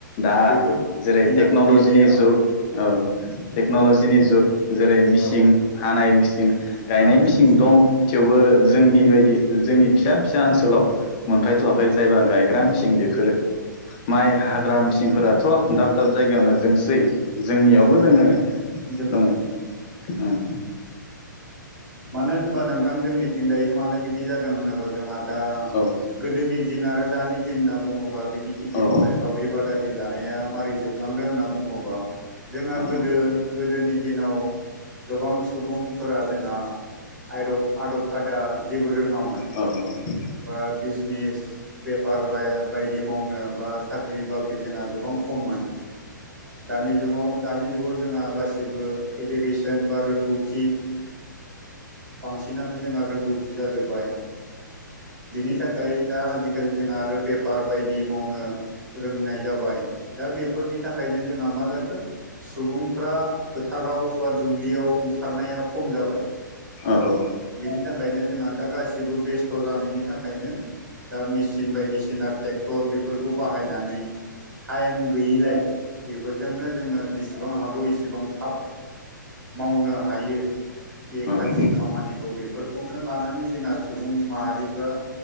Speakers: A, on the left (about 30°); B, on the right (about 75°).
A: दा
B: बेफोर
A: जेरै
B: दिनाथ'
A: टेक्न'लजिनि
B: गैलिया
A: जुग
B: ओं
A: औ टेक्न'लजिनि जुग जेरै मिसिं
B: औ
A: हानाय मिसिं
B: मेचिन
A: गायनाय
B: हानाय
A: मिसिं
B: मेचिन
A: दं थेवबो जोंनि बायदि जोंनि फिसा फिसा ओनसोलाव मोनफायथ'वाखै
B: औ
A: जायबा गायग्रा मेसिन
B: औ
A: बेफोरो माइ हाग्रा मेसिंफोराथ' दाब दाब जायगायावनो दंसै जोंनियावबो
B: उम
A: दोङो।
B: दोङो
A: दङ ओम
B: मानो होनबा नोंथां जोंनिथिं दायो मानो बिदि जादों होनोबा जोंहा दा
A: औ
B: गोदोनि दिन आरो दानि दिन होनना बुङोबा बिदि खेथि
A: औ
B: मावनाय सावरि बादालि जानाया मारै जोब लांदों होनना बुङोबा जोंहा
A: औ
B: गोदो
A: औ
B: गोदोनि दिनाव गोबां सुबुंफोरा जोंहा आदब आदब खादा जेबो रोङामोन।
A: औ औ औ
B: बा बिजिनेस बेफार बायदि मावनो बा साख्रि बाख्रि जोंहा गोबां खममोन। दानि जुगाव दानि जुगाव जोंहा गासिबो इडुकेसन बा रोंगौ थि बांसिनानो जोंहा रोंगौथि जाजोब्बाय। बिनि थाखाय दा आजिखालि जोंहा आरो बेफार बायदि मावनो रोंनाय जाबाय। दा बेफोरनि थाखायनो जोंहा मा जाखो सुबुंफ्रा फोथाराव बा दुब्लियाव ओंखारनाया खम जाबाय।
A: औ औ
B: बिनि थाखायनो जोंहा दा गासिबो बेस्थ' जानायनि थाखायनो दा मेचिन बायदिसिना ट्रेक्टर बेफोरखौ बाहायनानै टाइम गैयिलाय बे बेफोरफोरजोंनो जोङो जेसेबां हागौ एसे बां थाब मावनो हायो बे
A: औ
B: जि खामानि बेफोरखौनो लानानै जोंहा सुबुं माहारिफ्रा